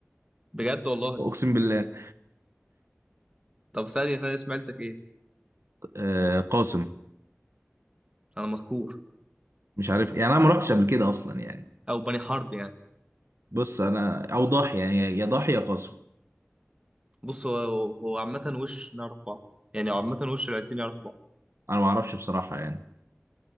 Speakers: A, on the right; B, on the right.
A: بجد والله
B: اقسم بالله
A: طب ثانية ثانية سمعتك ايه
B: آه قاسم
A: انا مذكور
B: مش عارف يعني انا ما رحتش قبل كده اصلا يعني
A: او بني حرب يعني
B: بص انا او ضاحي يعني يا ضاحي يا قاسم
A: بص هو هو عامة وش نعرف بعض يعني عامة وش العيلتين يعرفوا بعض
B: انا ما اعرفش بصراحة يعني